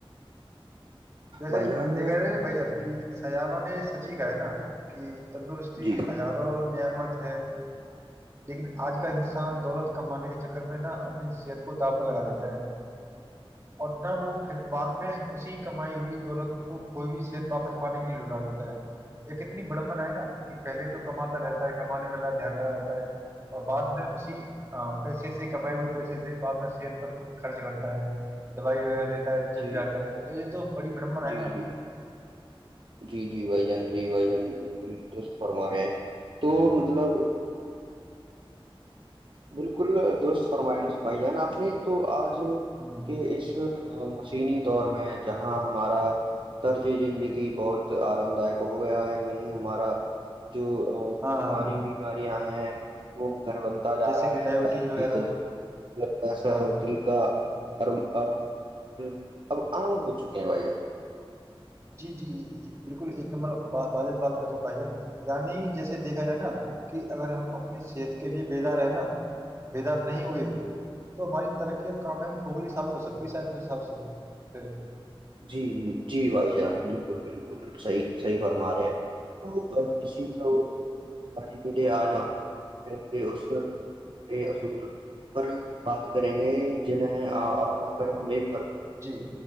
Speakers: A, on the right; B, on the right.
A: جیسے
B: بھائی جان
A: دیکھا رہا بھ جان کی سیانوں نے سچی کہا ہے نا کہ تندرست
B: جی
A: ہزاروں نم ہے لیکن آج کال انسان دولت کمانے کے چکر میں نہا اپنی صحت کو دا پر لگا دیتا ہے اور نہ وہ پھر بعد میں اسی کمائی ہوئی دولت کو ک کوئی بھی صحت واپس پانے کے لیے لٹا دیتا ہے ایک اتنی بڑمبنا ہے نا کہ پہلے تو کماتا رہتا ہے کمانے میں دھیان لگا رہتا ہے اور بعد میں اسی پیسے سے کمائے ہوئے پیسے سے بد میں صحت پر خرچ کرتا ہے دوائی وغیرہ لی ہے جب
B: جی
A: جاتا
B: جی
A: ہے تو یہ تو بڑی براممن
B: جی
A: ہے نا
B: جی جی بھائی جان جی بھائی جان درست فرما رہے ہیں تو مطلب بالکل دوست فرمائش بھائی جان آپ نے تو
A: ہ
B: کہ اس م تسینی دور میں جہاں ہمارا طرج زندگی بہت آرام دائک ہو گیا ہے وہیں ہمارا جو
A: ہاں
B: جسمانی بیماریاں ہیں وہ گھر بنتا جا
A: جیسے
B: رہا
A: کہ
B: ہے ڈائبٹیز
A: وغیرہ
B: بلڈشر
A: ہاں ہاں
B: دل کا امراض اب عام ہو چکے ہیں بھائی اب
A: جی جی جی ج بالکل ایک نمبر بجت بات کر رہے بھائی جان یعنی جیسے دیکھا جائے نا کہ اگر ہم اپنی صحت کے لیے بیدار ہے نا بیدار نہیں ہوئے تو ہماری ترقی اور کامیا بھی کھکھلی ثابت ہو سکتی ہے شاید میرے حساب سے
B: جی جی جی بھائی جان بالکل بالکل صحیح صحیح فرما رہے ہیں تو اسی سعور کو دگانے کے لیے آج ہم فید کے اس سنہرے اصول پر بات کریں گے جنیں اپنا کر ہم ایک ف پور
A: جی